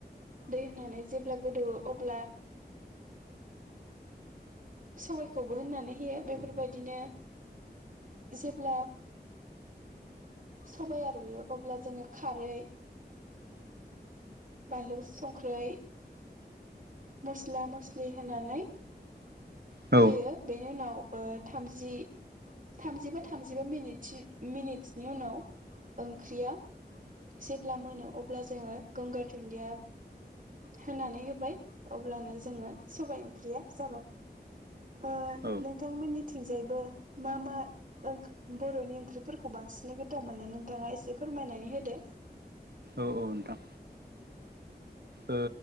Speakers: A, on the right (about 50°); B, on the right (about 70°).
A: दै होनानै जेब्ला गोदौओ अब्ला सबायखौबो होनानै होयो बेफोरबायदिनो जेब्ला सबाया रुयो अब्ला जोङो खारै बानलु, संख्रै, मस्ला मस्लि होनानै
B: औ
A: होयो बेनि उनाव ओ थामजि थामजिबा थामजिबा मिनिस मिनिटसनि उनाव ओंख्रिया जेब्ला मोनो अब्ला जोङो गंगार दुन्दिया होनानै होबाय अब्लानो जोङो सबाइ ओंख्रिया जाबाय। ओ
B: औ
A: नोंथांमोननि थिंजायबो मा मा ओं बर'नि ओंख्रिफोरखौ बांसिनै गोथाव मोननो नोंथाङा एसे फोरमायनानै होदो
B: औ औ नोंथां ओ